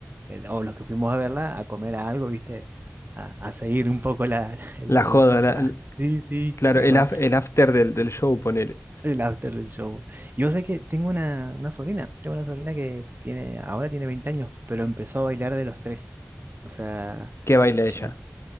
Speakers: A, on the right; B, on the left.
A: eh, o los que fuimos a verla, a comer algo, ¿viste? A, a seguir un poco la, <laughs> el-
B: La joda,
A: la-
B: la,
A: sí, sí,
B: Claro,
A: tal
B: el,
A: cual.
B: af- el after del, del show, ponele.
A: El after del show. Y vos sabés que tengo una, una sobrina, tengo una sobrina que tiene, ahora tiene 20 años, pero empezó a bailar de los tres. O sea,
B: ¿Qué baila ella?
A: ya